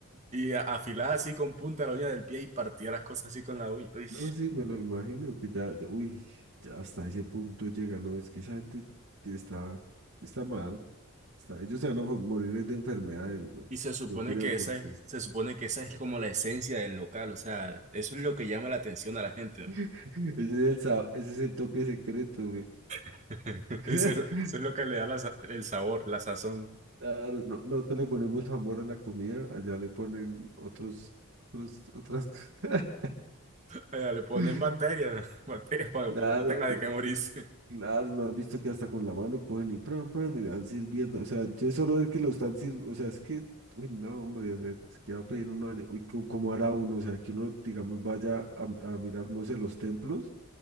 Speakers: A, on the right (about 30°); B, on the right (about 60°).
A: y a- afilada así con punta la uña del pie y partía las cosas así con la uña. Uy.
B: No, sí, me lo imagino que ya, uy, ya hasta ese punto llega, no, es que esa gente está, está mal. Está- ellos se van a mo- morir de enfermedades, güey.
A: Y se supone
B: Yo creo
A: que
B: porque
A: esa es, se supone que esa es como la esencia del local, o sea, eso es lo que llama la atención a la gente.
B: <laughs> ese es el, sa- ese es el toque secreto, güey.
A: <laughs> Eso
B: <laughs>
A: es, eso es lo que le da la sa- el sabor, la sazón.
B: Claro, no, nosotros le ponemos amor a la comida, allá le ponen otros, otros otras cosas.
A: Allá le ponen
B: <laughs>
A: bacterias, <laughs> bacterias para,
B: Claro,
A: para que uno tenga
B: no,
A: de qué morirse.
B: claro, no has visto que hasta con la mano cogen y pran, pran, y le van sirviendo. O sea, yo solo ver que lo están sirviendo, o sea, es que, uy, no, hombre, o sea, es que va a pedir uno allá, uy, co- ¿cómo hará uno? O sea, que uno, digamos, vaya a, a mirar, no sé, los templos.